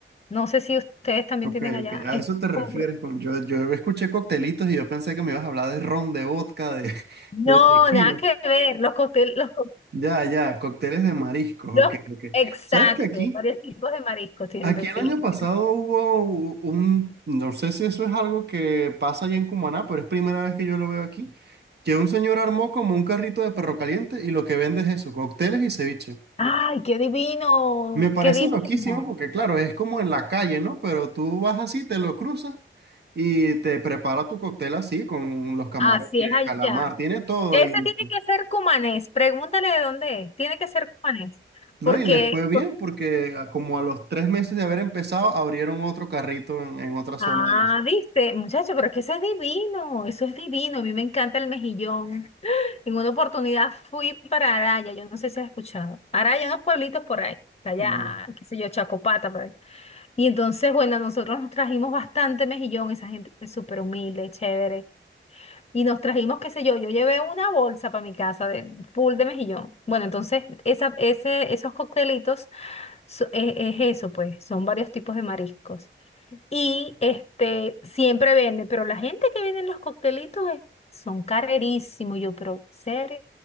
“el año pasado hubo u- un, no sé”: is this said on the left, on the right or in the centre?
Right